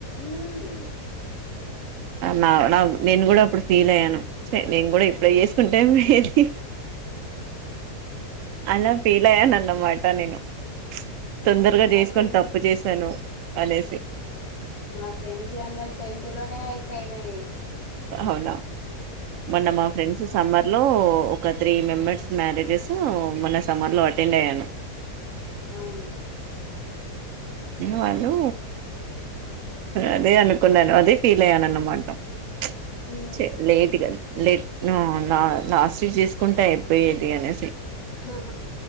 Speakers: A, on the left (about 85°); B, on the right (about 70°).
A: ఉమ్
B: నా నా నేను కూడా అప్పుడు ఫీల్ అయ్యాను చ నేను కూడా ఇప్పుడె చేసుకుంటే ఏజ్ అలా ఫీలయ్యా నన్నమాట నేను మ్చ్
A: అవును
B: తొందరగా
A: మా
B: చేసుకొని
A: ఫ్రెండ్స్
B: తప్పు చేసాను అనేసి
A: మా ఫ్రెండ్స్ యి అందరు టెన్త్ లోనే అయిపోయినాయి
B: అవునా మొన్న మా ఫ్రెండ్స్ సమ్మర్ లో ఒక త్రీ మెంబర్స్ మ్యారేజెస్ మొన్న సమ్మర్ లో అటెండ్ అయ్యాను
A: అవును
B: ఇంగ వాళ్లు అదే అనుకున్నాను అదే ఫీల్ అయ్యాను అన్నమాట చ్
A: ఉమ్
B: చే లేటుగా లేట్ నో లా లాస్ట్ చేసుకుంటే అయిపోయేది అనేసి
A: హాహా